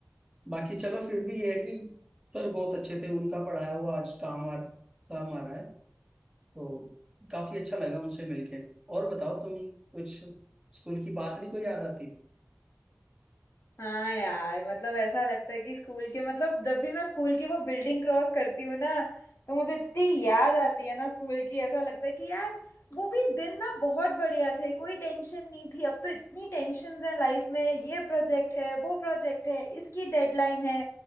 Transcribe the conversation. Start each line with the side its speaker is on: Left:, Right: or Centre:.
Right: बाकी चलो फिर भी ये है कि सर बहुत अच्छे थे उनका पढ़ाया हुआ आज काम आ काम आ रहा है तो काफी अच्छा लगा उनसे मिलके और बताओ तुम कुछ स्कूल की बात नहीं कोई याद आती
Left: हाँ यार मतलब ऐसा लगता है कि स्कूल के मतलब जब भी मैं स्कूल की वो बिल्डिंग क्रॉस करती हूँ ना तो मुझे इतनी याद आती है ना स्कूल की ऐसा लगता है कि यार वो भी दिन ना बहुत बढ़िया थे कोई टेंशन नहीं थी अब तो इतनी टेंशन है लाइफ में ये प्रोजेक्ट है वो प्रोजेक्ट है इसकी डेडलाइन है